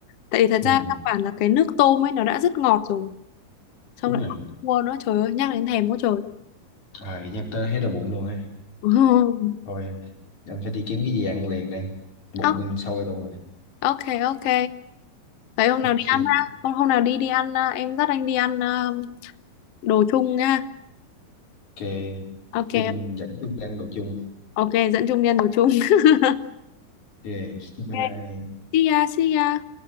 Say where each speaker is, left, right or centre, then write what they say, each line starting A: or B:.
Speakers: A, on the left (about 80°); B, on the left (about 50°).
A: tại vì thật
B: Ừ,
A: ra căn bản là cái nước tôm ấy nó đã rất ngọt rồi xong
B: đúng
A: lại
B: rồi
A: còn cua nữa trời ơi nhắc đến thèm quá trời
B: à, nhắc tới thấy đau bụng luôn á
A: <laughs>
B: thôi anh phải đi kiếm cái gì ăn liền đây bụng
A: À,
B: anh sôi luôn rồi
A: Ok ok. Vậy hôm
B: ok
A: nào đi ăn ha. Hôm hôm nào đi đi ăn à, em dắt anh đi ăn à, đồ chung nha.
B: ok
A: Ok
B: chung dẫn chung đang đồ chung
A: ok dẫn Trung đi ăn đồ chung. <laughs>
B: ok bye
A: Ok.
B: bye
A: See ya see ya.